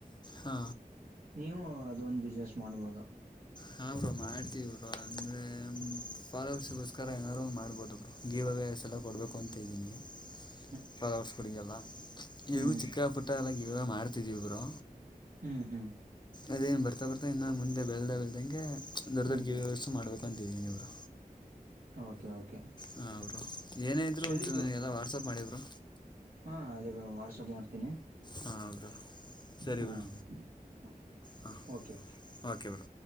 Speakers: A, on the left (about 30°); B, on the right (about 65°).
A: ಹಾ
B: ನೀವು ಅದೊಂದ ಬಿಸ್ನೆಸ್ ಮಾಡ್ಬೋದು
A: ಹಾ ಬ್ರೋ ಮಾಡ್ತೀವ ಬ್ರೋ ಅಂದರೆ ಫಾಲೂವರ್ಸಿಗೋಸ್ಕರ ಏನಾದಾರು ಒಂದ್ ಮಾಡ್ಬೋದು ಬ್ರೋ ಗೀವ ಅವೇಸ ಎಲ್ಲ ಕೊಡಬೇಕು ಅಂತ ಇದ್ದೀನಿ
B: <inaudible>
A: ಫಾಲೋವರ್ಸಗಳಿಗೆಲ್ಲ
B: ಹ್ಮ್
A: ಇವು ಚಿಕ್ಕ ಪುಟ್ಟ ಎಲ್ಲ ಗಿವ ಅವೇ ಮಾಡ್ತಿದೀವಿ ಬ್ರೋ
B: ಹ್ಮ್ ಹ್ಮ್
A: ಅದೇನು ಬರ್ತಾ ಬರ್ತಾ ಇನ್ನೊ ಮುಂದೆ ಬೆಳದ ಬೆಳದಂಗೆ ದೊಡ್ಡ
B: ಹ್ಮ್
A: ದೊಡ್ಡ ಗೀವ
B: ಹ್ಮ್
A: ಅವೇಸು ಮಾಡಬೇಕು ಅಂತಿದ್ದೀನಿ ಬ್ರೋ
B: ಓಕೆ ಓಕೆ
A: ಹ ಬ್ರೋ ಏನೇ ಇದ್ರು
B: ಸರಿ
A: ಒಂದ್ ಚುರ್
B: ಬ್ರೋ
A: ನನಗೆಲ್ಲ ವಾಟ್ಸಪ್ ಮಾಡಿ ಬ್ರೋ
B: ಹಾ ಅದೇ ವಾಟ್ಸಆಪ್ ಮಾಡ್ತ ತ್ತಿನಿ
A: ಹಾಂ ಬ್ರೋ ಸರಿ
B: ಹ
A: ಬ್ರೋ
B: ಹ
A: ಹಾಂ
B: ಓಕೆ
A: ಓಕೆ ಬ್ರೋ